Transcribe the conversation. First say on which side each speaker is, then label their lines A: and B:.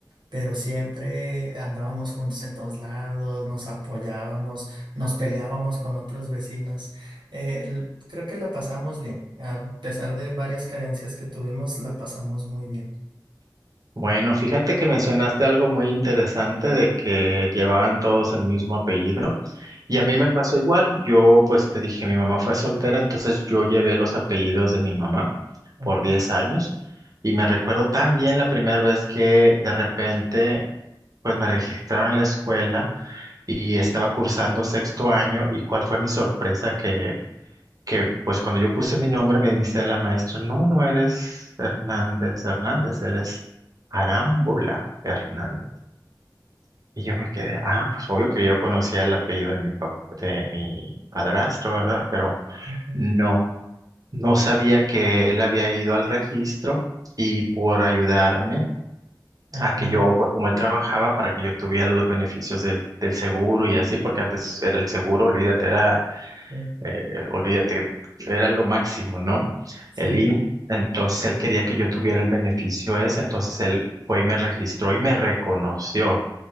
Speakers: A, on the right (about 80°); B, on the right (about 50°).
A: pero siempre andábamos juntos en todos lados, nos apoyábamos, nos peleábamos con otros vecinos. Eh, l- creo que la pasamos bien, a pesar de varias carencias que tuvimos, la pasamos muy bien.
B: Bueno, fíjate que mencionaste algo muy interesante de que llevaban todos el mismo apellido. Y
A: Ujú,
B: a mí me pasó igual. Yo, pues te dije, mi mamá fue soltera, entonces yo llevé los apellidos de mi mamá
A: Ajá,
B: por 10 años. Y me recuerdo tan bien la primera vez que de repente, pues me registraron en la escuela y estaba cursando sexto año. Y cuál fue mi sorpresa que, que pues cuando yo puse mi nombre me dice la maestra, no, no eres Hernández Hernández, eres Arámbula Hernández. Y yo me quedé, ah, pues obvio que yo conocía el apellido de mi pap- de mi padrastro, ¿verdad? Pero
A: ujú,
B: no, no sabía que él había ido al registro y por ayudarme
A: ajá,
B: a que yo, pues como él trabajaba, para que yo tuviera los beneficios del, del seguro y así, porque antes era el seguro, olvídate, era,
A: sí,
B: eh, olvídate, era lo máximo, ¿no?
A: sí,
B: El IMSS. Entonces él quería que yo tuviera el beneficio ese, entonces él fue y me registró y me reconoció.